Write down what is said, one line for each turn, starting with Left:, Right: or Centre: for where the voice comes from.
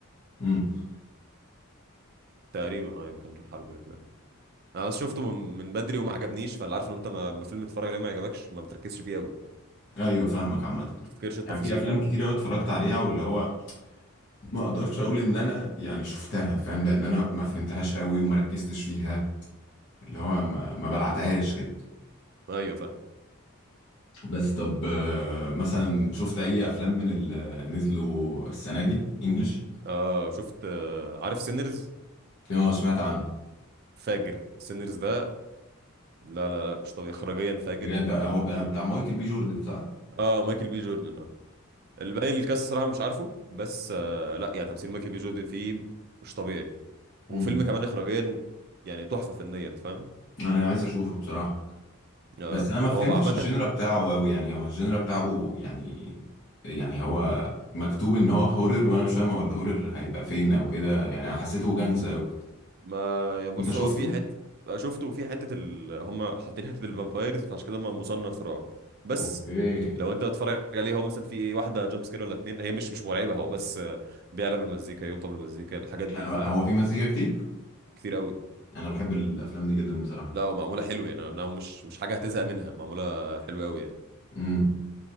Left: امم
Right: تقريبا ايوه كان حرب فيتنام انا بس شفته من, من بدري وما عجبنيش فاللي عارف ان انت ما ما فيلم تتفرج عليه ما يعجبكش ما بتركزش فيه قوي ما
Left: ايوه فاهمك عامه
Right: تفتكرش التفاصيل
Left: يعني في افلام
Right: يعني
Left: كتير قوي اتفرجت عليها واللي هو ما اقدرش اقول ان انا يعني شفتها فاهم لان انا ما فهمتهاش قوي وما ركزتش فيها اللي هو ما, ما بلعتهاش كده
Right: ايوه فاهم
Left: بس طب آه، مثلا شفت اي افلام من اللي نزلوا السنه دي انجلش
Right: آه شفت آه عارف سينرز
Left: اه سمعت عنه
Right: فاجر سينرز ده لا لا لا مش طبيعي اخراجيا فاجر
Left: بجد هو
Right: ال...
Left: بتاع بتاع مايكل بي جوردن صح
Right: اه مايكل بي جوردن اه الباقي الكاس صراحه مش عارفه بس آه لا يعني تمثيل مايكل بي جوردن فيه مش طبيعي
Left: امم
Right: وفيلم كمان اخراجيا يعني تحفه فنيا فاهم
Left: انا عايز اشوفه بصراحة
Right: لا
Left: بس
Right: لا
Left: انا
Right: فاجر.
Left: ما فهمتش
Right: هو عامه
Left: الجينرا بتاعه قوي يعني هو الجينرا بتاعه يعني يعني هو مكتوب ان هو هورر وانا مش فاهم هو الهورر هيبقى فين او كده يعني انا حسيته جانجز قوي
Right: ما يعني بص
Left: انت شفته
Right: هو في حته شفته في حته ال... هم حاطين حته الفامبايرز فعشان كده ما مصنف رعب بس
Left: اوكي
Right: لو انت بتتفرج عليه هو مثلا في إيه، واحده جامب سكير ولا اتنين هي مش مش مرعبه هو بس آه، بيعلى بالمزيكا يوطى بالمزيكا الحاجات دي
Left: انا
Right: انت
Left: بقى
Right: فاهم
Left: هو في مزيكا كتير
Right: كتير قوي
Left: انا بحب الافلام دي جدا بصراحة
Right: لا ومعموله حلو يعني انا مش مش حاجه هتزهق منها معموله حلوه قوي يعني
Left: امم